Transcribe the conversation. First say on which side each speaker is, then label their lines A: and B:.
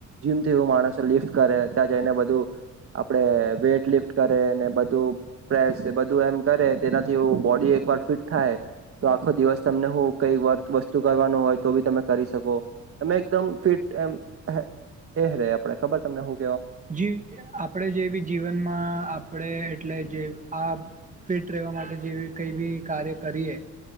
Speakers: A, on the right; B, on the right.
A: જીમથી એવું માણસ લિફ્ટ કરે ત્યાં જઈને બધું આપડે વેટ લિફ્ટ કરે ને બધું પ્રેસ એ બધું એમ કરે તેના જીવો બોડી એક વાર ફિટ થાય તો આખો દિવસ તમને હું કઈ વર્થ વસ્તુ કરવાનું હોય તો બી તમે કરી શકો તમે એકદમ ફિટ એમ એહે એહ રે આપડે ખબર તમને હુ
B: જી આપણેે જેવી જીવનમાં આપણે એટલે જે આ ફિટ રહેવા માટે જેવી કઈ બી કાર્ય કરીએ